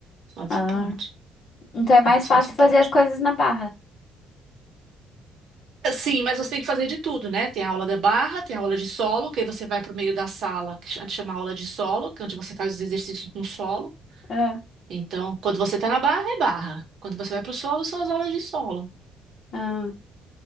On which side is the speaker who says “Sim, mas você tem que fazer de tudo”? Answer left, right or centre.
Right